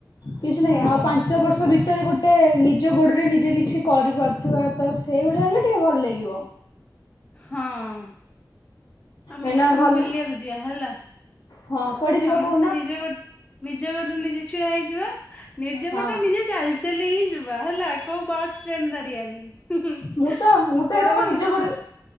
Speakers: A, on the left; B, on the left.
A: କିଛି ନାହିଁ
B: ହଁ
A: ଆଉ ପାଞ୍ଚ
B: ସେଇଟା
A: ବର୍ଷ
B: ବି
A: ଭିତରେ ଗୋ ଟେ ନିଜ ଗୋଡରେ ନିଜେ କିଛି କରିପାରୁଥିବା ତ ସେଇଭଳିଆ ହେଲେ ଟିକେ ଭଲ ଲାଗିବ।
B: ହଁ ଆମେ ଆମେ
A: ଏଇନା
B: କା
A: ଘଲ
B: ବୁଲିବାକୁ ଯିବା ହେଲା।
A: ହଁ କୁଆଡେ ଯିବା
B: ସମସ୍ତେ
A: କହୁନ
B: ନେଇଯିବେ ଗୋ ନିଜ ଗୋଡରେ ନିଜେ ଛିଡା ହେଇଯିବା ନିଜେ
A: ହଁ
B: ବାଟରେ ନିଜେ ଚାଲି ଚାଲିକି ଯିବା ହେଲା କୋଉ ବାସ୍ ଟ୍ରେନ୍ ଧରିଆନି ହୁଁ ହୁଁ
A: ମୁଁ ତ ମୁଁ
B: ଆମ
A: ତ
B: ଗୋଡ
A: ଏଇନା ମୋ
B: ମାନଙ୍କୁ
A: ନିଜ ଗୋଡରେ